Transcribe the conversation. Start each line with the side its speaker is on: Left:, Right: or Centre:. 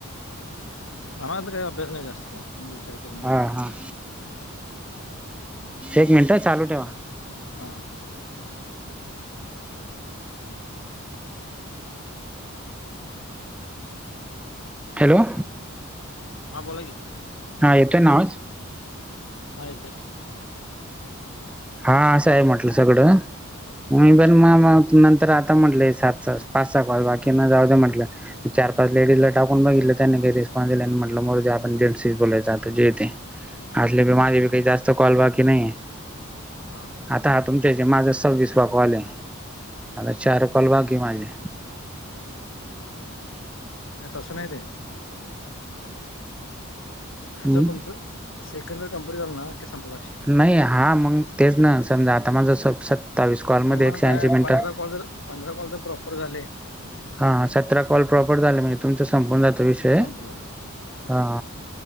Left: ममला तर काय अभ्या नाही जास्त काय म विचार. केला नाही
Centre: हा
Left: काय
Centre: हा. एक मिनिटं चालू ठेवा.
Left: हां हां.
Centre: हॅलो.
Left: हा बोला की
Centre: हा येतोय नावाच.
Left: आयत.
Centre: हा असं आहे म्हटलं सगळं म
Left: अच्छा
Centre: पण मग नंतर आता म्हटलं. सात पाच क बाकी जाऊ म्हटलं चार पाच लेडीजला टाकून बघ. त्यांनी काही रिस्पॉन् दि म्हटलं आप जेट्स बोलायचो जथ. असले माझे
Left: अच्छा
Centre: बी काही जास्त कॉल बाकी नाही.
Left: हा.
Centre: आता हा तुमच्या ज माझा सव्वीसवा कॉल आहे आता चार कॉल बाकी माझे.
Left: ह तश नाही आहे दे.
Centre: हम्म
Left: हर तुचं सेकंड इयर कं्प्लीट झाल ना की संपलाे.
Centre: नाही हा मग तेच ना समजा आता माझं सत्तावीस कॉलमध्येध्ये
Left: नेमानं
Centre: एकशे
Left: काय
Centre: ऐंशी मिनिटं.
Left: पंधरा कॉल जर पंधरा कॉल तर प्रॉपर झाले.
Centre: हा सतरा कॉल प्रॉपर झाला म्हणजे तुमच संपून जातो विषय
Left: संपला
Centre: हा